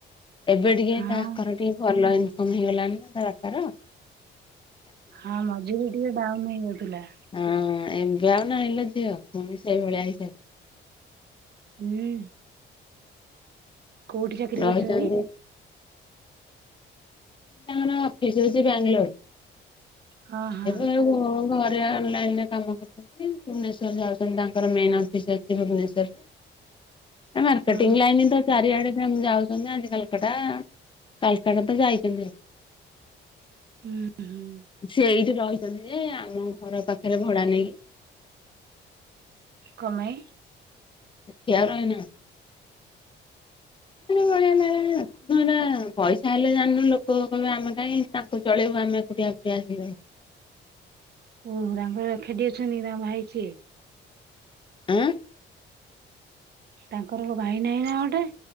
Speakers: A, on the left; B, on the right.
A: ଏବେ ଟିକେ
B: ହଁ
A: ତାଙ୍କର ଟିକେ ଭଲ ଇନିକମ୍ ହେଇଗଲାଣି ନା ତା ବାପର
B: ହଁ ମଝିରେ ଟିକେ ଡାଉନ ହେଇଯାଇଥିଲା
A: ହଁ ଏବେ ଆଉ ନାଇଲ ଝିଅ ପୁଣି ସେଇଭଳିଆ ହୋଇସାରି
B: ହୁଁ କୋଉଠି ଚାକିରି
A: ରହିଛନ୍ତି
B: କରିଛନ୍ତି
A: ତାଙ୍କର ପିଜି ହଉଛି ବାଙ୍ଗଲର୍
B: ହଁ ହଁ
A: ଏବେ ଘରେ ଅନଲାଇନ ରେ କାମ କରୁଛନ୍ତି ଭୁବନେଶ୍ୱର ଯାଉଛନ୍ତି ତାଙ୍କର ମେନ୍ ଅଫିସ ଅଛି ଭୁବନେଶ୍ଵରରେ
B: <inaudible>
A: ଆ ମାର୍କେଟିଂ
B: ହଁ
A: ଲାଇନ ତ ଚାରି ଆଡେ ଆମ ଯାଉଛୁ ଆଜି କାଲକାଟା କାଲକାଟା ତ ଯାଇଛନ୍ତି
B: ହୁଁ ହୁଁ
A: ସେ ଏଇଠି ରହିଛନ୍ତି ଯେ ଆମ ଘର ପାଖରେ ଭଡା ନେଇକି
B: କ ପାଇଁ
A: କାର ନା କଆ ନା <unintelligible> ପଇସା ହେଲେ ଜାଣିନୁ ଲୋକ କହେ ଆମେ କାହିଁ ତାଙ୍କୁ ଚଳେଇବୁ ଆମେ ଏକୁଟିଆ ଏକୁଟିଆ ଆସିବୁ
B: ଓ ରଙ୍ଗର ଖେଡି ଅଛନ୍ତି ତାଙ୍କ ଭାଇ କିଏ
A: ଆଁ
B: ତାଙ୍କର ଭାଇ ନାହିଁ ନା ଗୋଟେ